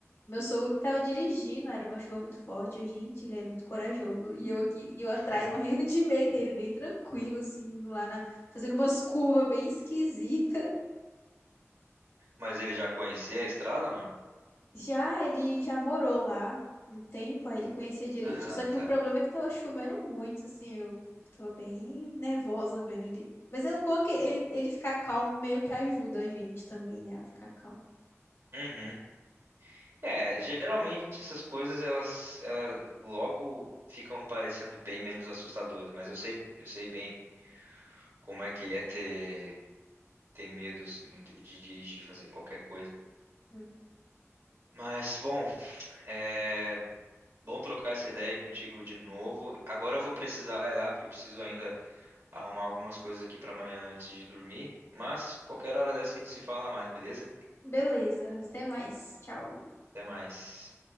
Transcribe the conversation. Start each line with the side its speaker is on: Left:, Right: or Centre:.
Left: Meu sogro que tava dirigindo, era uma chuva muito forte. Eu, gente, ele é muito corajoso. E eu aqui, e eu atrás
Right: <laughs>
Left: morrendo de medo, e ele bem tranquilo, assim, lá na, fazendo umas curvas bem esquisita.
Right: Mas ele já conhecia a estrada ou não?
Left: Já ele já morou lá um tempo, aí ele conhecia direitinho.
Right: Ah,
Left: Só que
Right: tá.
Left: o problema é que tava chovendo muito, assim, eu, eu tava bem nervosa vendo ele. Mas é o bom é que ele, ele ficar calmo meio que ajuda a gente também, né, a ficar calmo.
Right: Uhum. É, geralmente essas coisas elas, elas logo ficam parecendo bem menos assustadoras, mas eu sei, eu sei bem como é que é ter, ter medos muito de dirigir, fazer qualquer coisa.
Left: Hum.
Right: Mas bom, é bom trocar essa ideia contigo de novo. Agora eu vou precisar ir lá porque eu preciso ainda arrumar algumas coisas aqui para amanhã antes de dormir, mas qualquer hora dessa a gente se fala mais, beleza?
Left: Beleza, até mais. Tchau.
Right: Até mais.